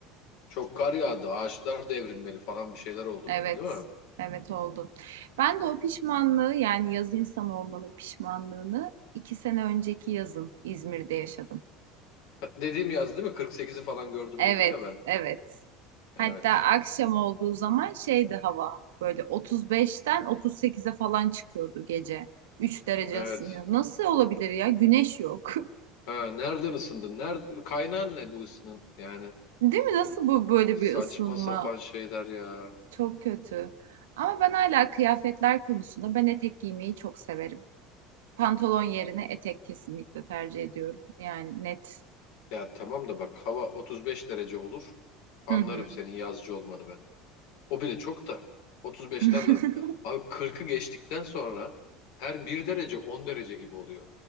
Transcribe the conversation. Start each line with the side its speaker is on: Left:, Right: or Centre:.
Left: Çok kar yağdı. Ağaçlar devrilmeli falan bir şeyler oldu
Right: Evet.
Left: böyle değil mi?
Right: Evet oldu. Ben de o pişmanlığı yani yaz insanı olmanın pişmanlığını iki sene önceki yazın İzmir'de yaşadım.
Left: Dediğim yaz değil mi? Kırk sekizi falan gördüm
Right: Evet.
Left: dedim ya ben.
Right: Evet.
Left: Evet.
Right: Hatta akşam olduğu zaman şeydi hava böyle 35'ten 38'e falan çıkıyordu gece. 3 derece
Left: Evet.
Right: ısınıyor. Nasıl olabilir ya? Güneş yok.
Left: Ha, nereden ısındın? Nerede, kaynağın ne bu ısının? Yani
Right: <laughs> Değil mi? Nasıl bu böyle
Left: saçma
Right: bir ısınma?
Left: sapan şeyler ya.
Right: Çok kötü. Ama ben hala kıyafetler konusunda ben etek giymeyi çok severim. Pantolon yerine etek kesinlikle tercih ediyorum. Yani net.
Left: Ya tamam da bak hava 35 derece olur. Anlarım
Right: Hı hı.
Left: senin yazcı olmanı ben. O bile çok da. 35'te
Right: <laughs>
Left: anlarım. Abi 40'ı geçtikten sonra her bir derece 10 derece gibi oluyor.